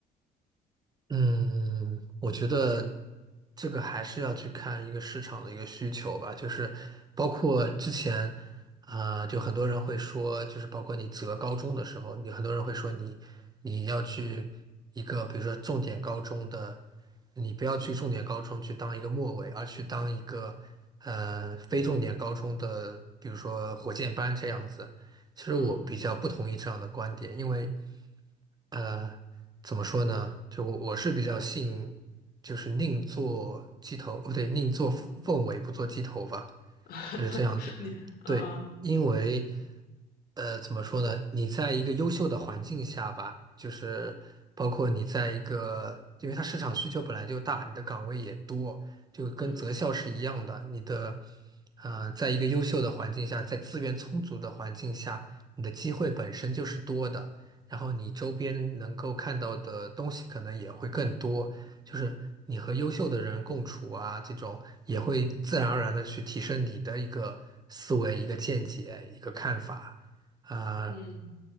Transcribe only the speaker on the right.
嗯，我觉得这个还是要去看一个市场的一个需求吧，就是包括之前啊、就很多人会说，就是包括你择高中的时候，你很多人会说你你要去一个比如说重点高中的，你不要去重点高中去当一个末尾，而去当一个呃非重点高中的，比如说火箭班这样子。其实我比较不同意这样的观点，
因为呃，怎么说呢？就我我是比较信，就是宁做鸡头，不对，宁做凤尾，
不做鸡头吧。
就是这样子。
对，因为呃，怎么说呢？你在一个优秀的环境下吧，就是包括你在一个，因为它市场需求本来就大，你的岗位也多，就跟择校是一样的。
你的呃，在一个优秀的环境下，在资源充足的环境下，你的机会本身就是多的，然后你周边能够看到的东西可能也会更多。就是你和优秀的人共处啊，这种也会自然而然的去提升你的一个思维、一个见解、一个看法啊，